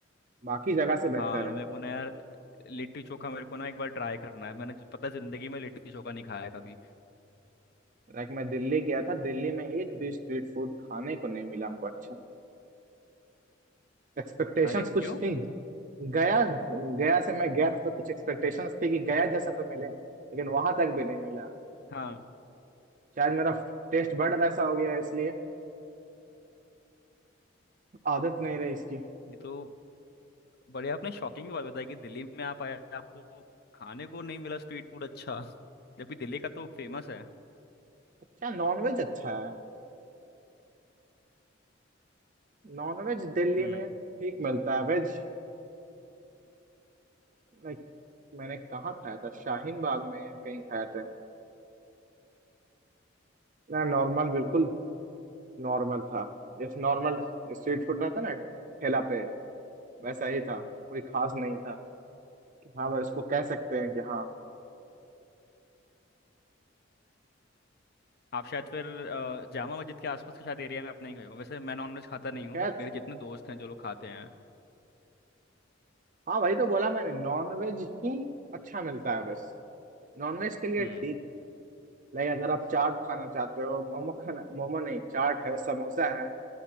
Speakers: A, on the right (about 40°); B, on the left (about 55°).
A: बाकी जगह से बेहतर
B: हाँ
A: है
B: मेरे को ना यार लिट्टी चोखा मेरे को ना एक बार ट्राई करना है मैंने जो- पता है, जिंदगी में लिट्टी चोखा नहीं खाया कभी
A: लाइक मैं दिल्ली गया था दिल्ली में एक भी स्ट्रीट फूड खाने को नहीं मिला हमको अच्छा एक्सपेक्टेशंस
B: अरे
A: कुछ
B: क्यों
A: थी गया गया से मैं गया था तो कुछ एक्सपेक्टेशंस थी कि गया जैसा तो मिले लेकिन वहां तक भी नहीं मिला
B: हाँ
A: शायद मेरा टेस्ट बड वैसा हो गया है, इसलिए आदत नहीं रही इसकी
B: ये तो बड़े आपने शॉकिंग बात बताई कि दिल्ली में आप आए आपको खाने को नहीं मिला स्ट्रीट फूड अच्छा जबकि दिल्ली का तो फेमस है
A: अच्छा नॉनवेज अच्छा है नॉन वेज दिल्ली
B: हम्म
A: में ठीक मिलता है वेज लाइक मैंने कहाँ खाया था शाहीन बाग में या कहीं खाया था ना नॉर्मल बिल्कुल नॉर्मल था जैसे नॉर्मल स्ट्रीट फूड रहता है ना ठेला पे वैसा ही था कोई खास नहीं था कि हाँ भाई इसको कह सकते हैं कि हाँ
B: आप शायद फिर अ, जामा मस्जिद के आसपास के शायद एरिया में अपने ही गए हो वैसे मैं नॉनवेज खाता नहीं हूँ
A: कह
B: बट मेरे जितने दोस्त हैं जो लोग खाते हैं
A: हाँ वही तो बोला मैंने नॉन वेज ही अच्छा मिलता है बस नॉन वेज के लिए
B: हम्म
A: ठीक है लाइक अगर आप चाट खाना चाहते हो मोमो खाना मोमो नहीं चाट है समोसा है